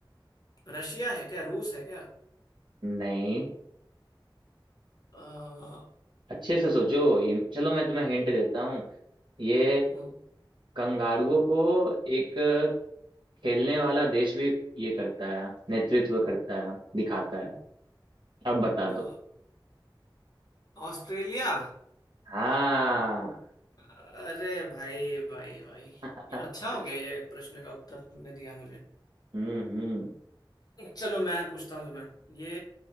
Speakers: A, on the left (about 50°); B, on the right (about 65°).
A: रशिया है क्या रूस है क्या
B: नहीं
A: अ,
B: अच्छे से सोचो ये चलो मैं तुम्हें हिंट देता हूँ ये
A: हम्म,
B: कंगारुओं को एक खेलने वाला देश भी ये करता है नेतृत्व करता है दिखाता है अब बता
A: अ,
B: दो
A: ऑस्ट्रेलिया
B: हाँ
A: अरे भाई भाई भाई
B: <laughs>
A: अच्छा हो गया ये प्रश्न का उत्तर तुमने दिया मुझे
B: हम्म हम्म
A: चलो मैं पूछता हूँ तुम्हें ये